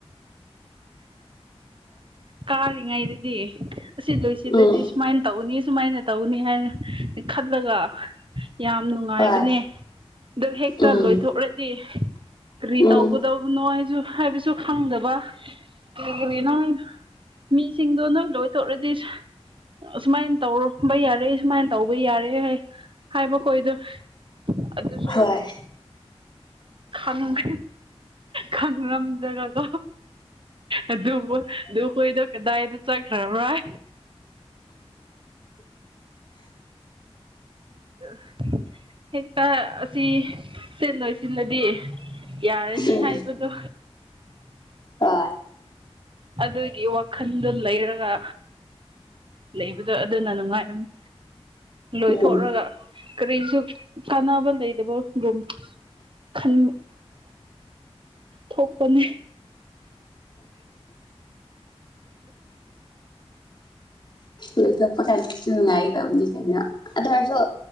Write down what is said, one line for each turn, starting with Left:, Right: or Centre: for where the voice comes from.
Right: ꯀꯥꯔꯤꯉꯩꯗꯗꯤ ꯑꯁꯤ ꯂꯣꯏꯁꯤꯜꯂꯗꯤ
Left: ꯎꯝ
Right: ꯁꯨꯃꯥꯏꯅ ꯇꯧꯒꯅꯤꯁꯦ ꯁꯨꯃꯥꯏꯅ ꯇꯧꯅꯤ ꯍꯥꯏꯅ ꯈꯜꯂꯒ ꯌꯥꯝ ꯅꯨꯡꯉꯥꯏꯕꯅꯦ
Left: ꯍꯣꯏ
Right: ꯑꯗꯨ ꯍꯦꯛꯇ
Left: ꯎꯝ
Right: ꯂꯣꯏꯊꯣꯛꯂꯗꯤ ꯀꯔꯤ ꯇꯧꯒꯗꯥꯕꯅꯣ
Left: ꯎꯝ
Right: ꯍꯥꯏꯁꯨ ꯍꯥꯏꯕꯁꯨ ꯈꯪꯗꯕ ꯀꯥꯔꯤꯒꯤꯅꯣ ꯃꯤꯁꯤꯡꯗꯣ ꯂꯣꯏ ꯂꯣꯏꯊꯣꯛꯔꯗꯤ ꯑꯁꯨꯃꯥꯏꯅ ꯇꯧꯔꯝꯕ ꯌꯥꯔꯦ ꯁꯨꯃꯥꯏꯅ ꯇꯧꯕ ꯌꯥꯔꯦ ꯍꯥꯏꯕ ꯈꯣꯏꯗꯣ ꯑꯗꯨꯁꯨ
Left: ꯍꯣꯏ
Right: ꯈꯪꯗꯦ ꯈꯪꯉꯝꯗꯔꯒ ꯑꯗꯨꯕꯨ ꯑꯗꯨ ꯈꯣꯏꯗꯣ ꯀꯗꯥꯏꯗ ꯆꯠꯈ꯭ꯔꯕ꯭ꯔꯥ ꯍꯥꯏ <inaudible> <unintelligible> ꯑ <unintelligible> ꯍꯦꯛꯇ ꯑꯁꯤ ꯁꯤ ꯂꯣꯏꯁꯤꯜꯂꯗꯤ ꯌꯥꯔꯅꯤ
Left: ꯎꯝ
Right: ꯍꯥꯏꯕꯗꯣ
Left: ꯍꯣꯏ <unintelligible>
Right: ꯑꯗꯨꯒꯤ ꯋꯥꯈꯜꯗꯨ ꯂꯩꯔꯒ ꯂꯩꯕꯗꯣ ꯑꯗꯨꯅ ꯅꯨꯡꯉꯥꯏꯔꯝꯅꯤ ꯂꯣꯏꯊꯣꯛꯂꯒ
Left: ꯎꯝ
Right: ꯀꯥꯔꯤꯁꯨ ꯀꯥꯟꯅꯕ ꯂꯩꯇꯕꯒꯨꯝ ꯈꯟ ꯊꯣꯛꯄꯅꯦ
Left: ꯂꯣꯏꯊꯣꯛꯄ ꯀꯥꯟꯗꯁꯨ ꯅꯨꯡꯉꯥꯏꯒꯗꯧꯕꯅꯦ ꯀꯩꯅꯣ ꯑꯗꯨ ꯑꯣꯏꯔꯁꯨ